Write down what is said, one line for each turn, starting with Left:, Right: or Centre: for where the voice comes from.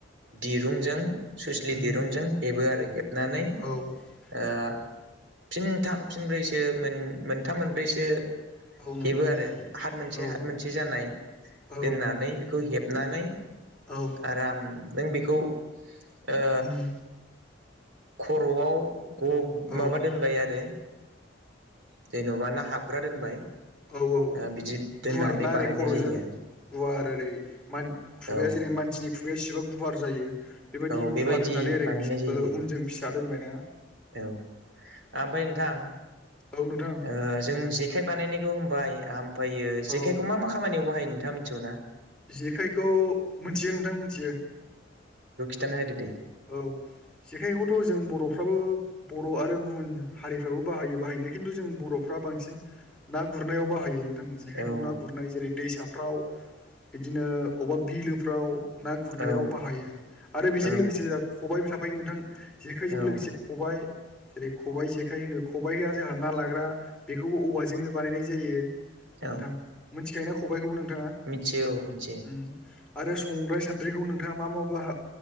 Right: दिरुंजों सुइसलि
Centre: उम
Right: दिरुंजों हेबो आरो हेबनानै
Centre: औ औ
Right: ओ। फिनथाम फिनब्रैसो मोनथाम मोनब्रैसो
Centre: नोंथां
Right: हेबो आरो हाथ मोनसे
Centre: औ
Right: हाथ मोनसे जानाय
Centre: औ
Right: दोननानै बेखौ हेब नानै
Centre: औ
Right: आराम नों बेखौ ओ
Centre: उम
Right: खर'आव ग'
Centre: औ उम
Right: माबा दोनबाय आरो जेन'बा ना हाबग्रा दोनबाय
Centre: औ औ
Right: ओ बिदि दोननानै
Centre: गुवार ना
Right: बानायनाय
Centre: ओरै खर'जों
Right: जायो
Centre: गुवार ओरै मान खुगाया
Right: आरो
Centre: जेरै मानसिनि खुगाया सिबा गुवार जायो। बेबायदि
Right: औ औ
Centre: गुवार दोननानै ओरै
Right: बानायनाय जायो आरो
Centre: उनजों फिसा दोनबायना।
Right: औ ओमफ्राय नोंथां
Centre: औ नोंथां
Right: ओ जों जेखाइ बानायनाय होनबाय ओमफ्रायो जेखायखौ
Centre: औ
Right: मा मा खामानियाव बाहायो नोंथाङ मिथिगौ ना?
Centre: जेखायखौ मिथियो नोंथां मोनथियो।
Right: खोनथाना होदो दे
Centre: औ जेखाइखौथ' जों बर'फ्राबो बर' आरो गुबुन हारिफ्राबो बाहायो बाहाय खिन्थु जों बर'फ्रा बांसिन ना गुरनायाव बाहायो। जेखाइखौ
Right: औ
Centre: ना गुरनाय जेरै दैसाफ्राव बिदिनो बबेबा बिलोफ्राव ना गुरनायाव
Right: औ
Centre: बाहायो आरो बेजों
Right: औ
Centre: लोगोसे ख'बायाइबो थाफायो नोंथां जेखायजों
Right: औ
Centre: लोगोसे ख'बायाइ जेरै ख'बाइ जेखाय होनो ख'बाइआ जोंहा ना लाग्रा बेखौबो औवा जोंनो बानायनाय जायो
Right: औ
Centre: नोंथां मोनथिखायो ना ख'बाइखौबो नों थाङा
Right: मिथियो औ मिथियो
Centre: उम आरो संग्राय सान्द्रिखौ नोंथाङा मा मा बाहा